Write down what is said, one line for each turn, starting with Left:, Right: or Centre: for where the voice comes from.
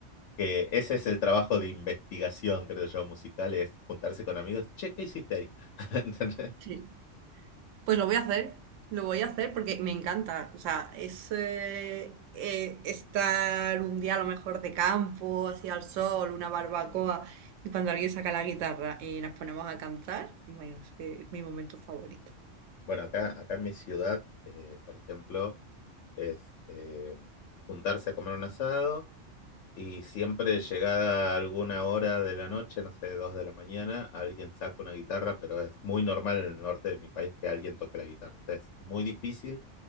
Left: Que ese es el trabajo de investigación, creo yo, musical, es juntarse con amigos. Che, ¿qué hiciste ahí? <laughs> ¿Entendés?
Right: Sí. Pues lo voy a hacer, lo voy a hacer porque me encanta. O sea, es eh, eh, estar un día a lo mejor de campo, así al sol, una barbacoa, y cuando alguien saca la guitarra y nos ponemos a cantar, bueno, es que es mi momento favorito.
Left: Bueno, acá, acá en mi ciudad, eh, por ejemplo, es eh, juntarse a comer un asado Y siempre llegada alguna hora de la noche, no sé, dos de la mañana, alguien saca una guitarra, pero es muy normal en el norte de mi país que alguien toque la guitarra. O sea, es muy difícil